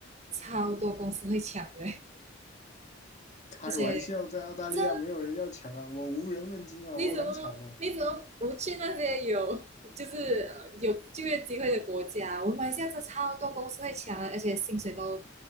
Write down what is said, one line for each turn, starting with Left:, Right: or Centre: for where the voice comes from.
Right: 超多公司会抢的，
Left: 开玩笑，
Right: 而且
Left: 在澳大利亚没有人要抢啊，
Right: 真
Left: 我无人问津啊，
Right: 你怎么你怎么不去那些有就是呃有就业机会的国家？
Left: 我很惨啊。
Right: 我们马来西亚这超多公司会抢的，而且薪水都